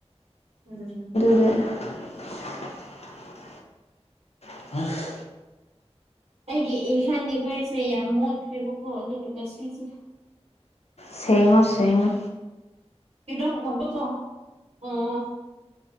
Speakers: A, on the right; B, on the left.
A: ꯎꯝ
B: <unintelligible> <unintelligible>
A: ꯑꯩꯒꯤ ꯏꯟꯍꯥꯟ ꯋꯥꯏꯁꯦ ꯌꯥꯝ ꯃꯣꯠꯈ꯭ꯔꯦꯕꯀꯣ ꯑꯗꯨꯒ ꯉꯁꯤꯁꯦ
B: ꯁꯦꯡꯉꯣ ꯁꯦꯡꯉꯣ
A: ꯏꯗꯝ ꯑꯣꯜꯕꯀꯣ ꯎꯝ